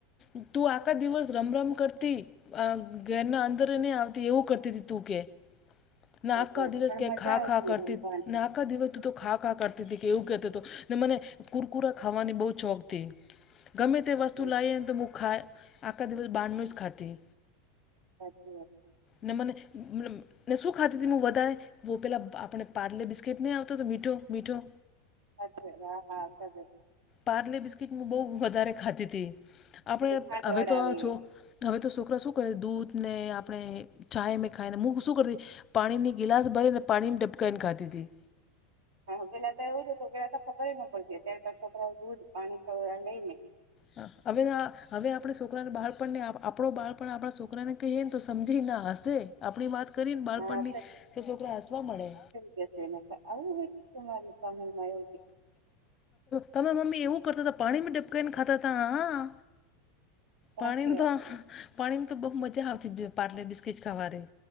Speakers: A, on the left; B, on the right.
A: અ તું આખા દિવસ રમ રમ કરતી આ ઘરના અંદરે નહી આવતી એવું કરતી હતી તું કે નાક
B: સાચી
A: કા
B: વાત
A: દિવસ
B: પણ
A: કે
B: મજા
A: ખા
B: આવતી
A: ખા કરતી
B: રમવાની
A: ને આખા દિવસ તું તો ખા ખા કર તીતી કે એવું કેતોતો ને મને કુરકુરા ખાવાની બહું ચોકથી ગમે તે
B: સાચી
A: વસ્તુ લાએને તો મુ ખા આખા દિવસ બારનું જ ખાતી
B: સાચી વાત છે.
A: મને મ ને સુખાધ હતી હું વધારે વહ પેલા આપણે પારલે બિસ્કીટ નહીં આવતો તો મીઠો મીઠો
B: અચ્છા હા હા
A: પારલે ર્બિસ્કીટ હ બહુ વધારે ખાતી હતી આપણે
B: પેલી ખાંડ
A: હવે
B: વાળા
A: તો
B: આવે એ.
A: હવે તો છોકરા શું કરે દૂધને આપણે ચાાય મેં ખાઈને મૂ શું કરતીતી-' પાણીની ગિલાસ ભરીને પાણી ડબકાઈને ખાતી હતી.
B: હા પેલા તો એવું છે હતું પેલા તો ખબર ન પડતી અત્યારે તો છોકરાઓ દૂધ પાણી લઈ નઈ
A: હ હવે હવે આપણે છોકરાને બાળપણને આપણ બાળપણ આપણા છોકરાને ક તો સમજી ના હસે આપણી વાત કરીને બાળપણની
B: હા
A: તો છોકરા હસવા મળે.
B: ન આવું હોચ તમારે? ત મળ <inaudible>
A: તમામે મમ્મી એવું કરતા હતા પાણી ડબકાઈ ને ખાતા ત હા
B: સાચી
A: પાણી
B: વાત
A: તો
B: છે.
A: પાણીમાં તો બહુ મજા આવતી પાારલે બિસ્કીટ ખાવાની